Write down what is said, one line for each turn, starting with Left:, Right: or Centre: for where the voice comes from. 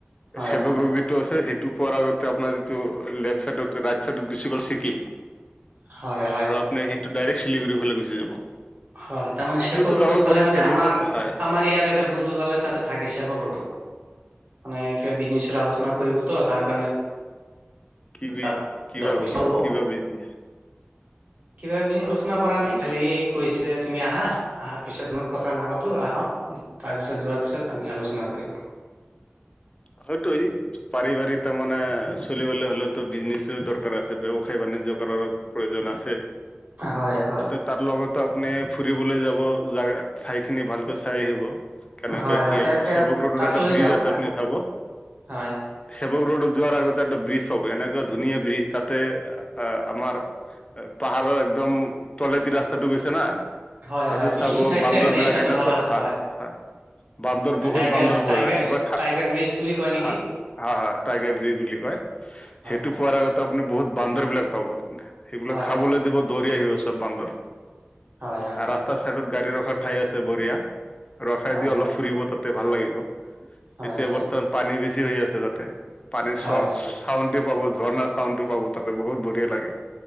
Right: হয়
Left: চেৱক
Right: হয়
Left: ৰড টো আছে সেইটো পোৱাৰ আগতে আপোনাৰ যিটো লেফ্ট চাইডত ৰাইট চাইডত গুচি গ'ল ছিকিম
Right: হয় হয়
Left: নাই সেইটো ডাইৰেক্ট শিলিগুৰি ফালে গুছি যাব
Right: হয় তাৰ মানে
Left: সেইটোতো
Right: শেপৰ ৰডত
Left: যাব
Right: ফালে
Left: পাৰে
Right: মানে
Left: সেৱক
Right: আমাৰ
Left: ৰোড হয়
Right: আমাৰ ইয়াৰ এটা বন্ধু পালে তাতে থাকি চাব ৰোডত মানে কিবা বিজনেছৰ আলোচনা কৰিব তো তাৰ কাৰণে
Left: কি বি
Right: তাত
Left: কি
Right: যাব
Left: বা
Right: বিচ হ'ব
Left: কি বা বিজনেচ
Right: কিবা কিবি আলোচনা কৰা নাই খালি কৈছিলে তুমি আহা আহাৰ পিছত নো কথা নাপাতো আহ তাৰ পিছত যোৱাৰ পিছত আমি আলোচনা কৰিম
Left: হয় তই পাৰিবাৰিক তাৰ মানে চলিবলৈ হলেতো বিজনেচ দৰকাৰ আছে ব্যয়ৱসায় বাণিজ্য কৰাৰো প্ৰয়োজন আছে
Right: হয় হয়
Left: তাত লগতো আপুনি ফুৰিবলৈ যাব যাই চাইখিনি ভালকৈ চাই আহিব কেনেকে
Right: হয় হয়
Left: কি
Right: তে
Left: আছে
Right: তে
Left: ছেৱক ৰোডত
Right: তাক
Left: এটা
Right: লৈ
Left: ব্ৰিজ
Right: যাম
Left: আছে
Right: তাক
Left: আপুনি চাব
Right: হয়
Left: চেৱক ৰোডত যোৱাৰ আগতে এটা ব্ৰিজ পাব এনেকুৱা ধুনীয়া ব্ৰিজ তাতে আহ আমাৰ পাহাৰৰ একদম তলেদি ৰাস্তা টো গৈছে না
Right: হয়
Left: তাতো
Right: হয় ব্ৰিজটো
Left: চাব
Right: চাইছো
Left: বান্দৰ
Right: এনেই
Left: বিলাক
Right: তাতে
Left: এনেকুৱা
Right: ভাল আছে
Left: হা হয় বান্দৰ বহুত
Right: টাইগাৰ
Left: বান্দৰ
Right: টাইগাৰ
Left: পোৱা যায় কিবা খা
Right: টাইগাৰ ব্ৰিজ বুলি কয় নেকি
Left: হা হা টাইগাৰ ব্ৰিজ বুলি কয়
Right: হয়
Left: সেইটো
Right: হয়
Left: পোৱাৰ আগত ত আপুনি বহুত বান্দৰ বিলাক পাব সেইবিলাক
Right: হয়
Left: খাবলৈ
Right: হয়
Left: দিব দৌৰি আহিব চব বান্দৰ
Right: হয় হয়
Left: আৰু ৰাস্তাৰ চাইডত গাড়ী ৰখাৰ ঠাই আছে বঢ়িয়া ৰখাই
Right: হয়
Left: দি অলপ
Right: হয়
Left: ফুৰিব ভাল লাগিব
Right: হয়
Left: এতিয়া
Right: হয়
Left: বৰ্তমান পানী বেছি হৈ আছে তাতে পানী
Right: হয়
Left: চৰ ছাউণ্ডটো পাব ঝৰ্ণাছাউণ্ডটো পাব তাতে বহুত বঢ়িয়া লাগে